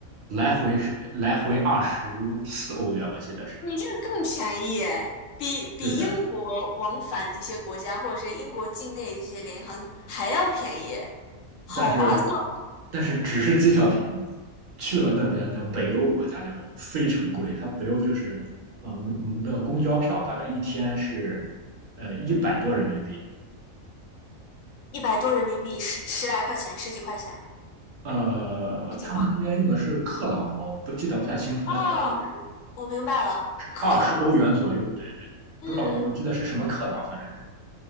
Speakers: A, on the right; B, on the left.
A: 来回是来回二十四欧元，我记得是。
B: 你这个更便宜耶，比比英国往返这些国家，
A: 对对。
B: 或者是英国境内这些联航还要便宜，好划算！
A: 但是但是只是机票便宜，去了那边的北欧国家就非常贵。它北欧就是呃我们我们的公交票大概一天是呃一百多人民币，
B: 一百多人民币，十十来块钱，十几块钱，
A: 呃，
B: 十几磅。
A: 他们那边用的是克朗，我不记得不太清楚，
B: 哦，
A: 但大概就是
B: 我明白了，克朗，
A: 二十欧元左右，对对，
B: 嗯，
A: 不知道我记得是什么克朗，反正是